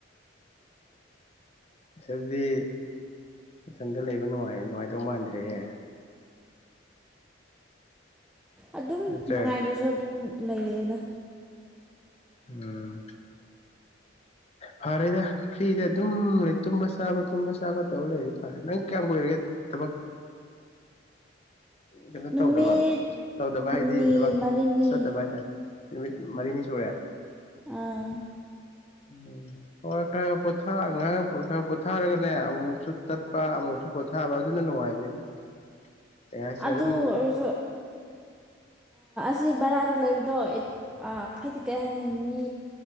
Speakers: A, on the left; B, in the centre.
A: ꯏꯁꯗꯤ ꯏꯊꯟꯗ ꯂꯩꯕ ꯅꯨꯡꯉꯥꯏꯗꯧ ꯃꯥꯟꯗ꯭ꯔꯦꯍꯦ
B: ꯑꯗꯨꯝ
A: ꯅꯠꯇ꯭ꯔꯥ
B: ꯅꯨꯡꯉꯥꯏꯗ꯭ꯔꯁꯨ ꯑꯗꯨꯝ ꯂꯩꯔꯦꯗ
A: ꯎꯝ ꯐꯔꯦꯗ ꯐ꯭ꯔꯤꯗ ꯑꯗꯨꯝ ꯂꯩ ꯇꯨꯝꯕ ꯆꯥꯕ ꯇꯨꯝꯕ ꯆꯥꯕ ꯇꯧꯕꯔ ꯂꯩꯗꯤ ꯐꯔꯦ ꯅꯪ ꯀꯌꯥꯝ ꯀꯨꯏꯔꯒꯦ ꯊꯕꯛ ꯀꯩꯅꯣ
B: ꯅꯨꯃꯤꯠ
A: ꯇꯧꯗꯕ ꯇꯧꯗꯕ
B: ꯍꯨꯝꯅꯤ
A: ꯍꯥꯏꯗꯤ ꯊꯕꯛ
B: ꯃꯔꯤꯅꯤ
A: ꯆꯠꯇꯕ ꯍꯥꯏꯇꯥꯔꯦ ꯅꯨꯃꯤ ꯃꯔꯤꯅꯤ ꯁꯦ
B: ꯑꯥ <inaudible>
A: ꯎꯝ ꯍ ꯈ <inaudible> ꯉ ꯈ ꯄꯣꯊꯥꯔꯒꯅꯦ ꯑꯃꯨꯛꯁꯨ ꯇꯠꯄ ꯑꯃꯨꯛꯁꯨ ꯄꯣꯊꯥꯕ ꯑꯗꯨꯅ ꯅꯨꯡꯉꯥꯏꯕꯅꯤꯅ ꯀꯩ ꯍꯥꯏꯁꯦ
B: ꯑꯗꯨ
A: ꯑꯗꯨꯝ
B: ꯔ ꯁꯤ ꯕꯔꯥꯗ ꯂꯩꯕꯗꯣ ꯍꯥꯏꯗꯤ ꯀꯔꯤ ꯍꯥꯏꯅꯤ ꯃꯤ